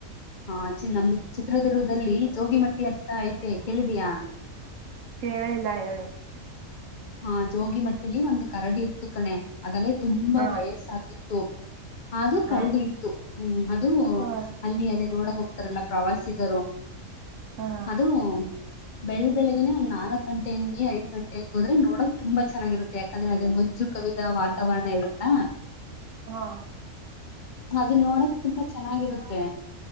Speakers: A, on the left; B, on the right.
A: ಹಾ ಚಿ ನಮ್ದು ಚಿತ್ರದುರ್ಗದಲ್ಲಿ ಜೋಗಿಮಟ್ಟಿ ಅಂತ ಐತೆ, ಕೇಳಿದ್ಯಾ?
B: ಕೇಳಿಲ್ಲ ಹೇಳು.
A: ಹಾ ಜೋಗಿ ಮಟ್ಟಿಲಿ ಒಂದು ಕರಡಿ ಇತ್ತು ಕಣೆ. ಅದಲ್ಲೇ ತುಂಬಾ
B: ಹಾ
A: ವಯಸ್ಸಾಗಿತ್ತು. ಅದು
B: ಹಾ
A: ಕಳ್ಳದಿ ಇತ್ತು, ಹ್ಮ್ ಅದು
B: ಹಾ
A: ಅಲ್ಲಿ ಅದೇ ನೋಡಕ್ ಹೋಗ್ತಾರಲ್ಲ ಪ್ರವಾಸಿ ಗರು.
B: ಹಾ
A: ಅದು ಬೆಳ ಬೆಳಗ್ಗೆನೆ ಒಂದ್ ನಾಲ್ಕು ಗಂಟೆ ಹಂಗೆ ಐದ್ ಗಂಟೆಂ ಹೋದ್ರೆ ನೋಡಕ್ ತುಂಬಾ ಚೆನ್ನಾಗಿರುತ್ತೆ ಯಾಕಂದ್ರೆ ಅದೇ ಮಂಜು ಕವಿದಾ ವಾತಾವರಣ ಇರುತ್ತಾ.
B: ಹಾ
A: ಅದನ್ ನೋಡ ತುಂಬಾ ಚೆನ್ನಾಗಿರುತ್ತೆ,
B: ಹಾ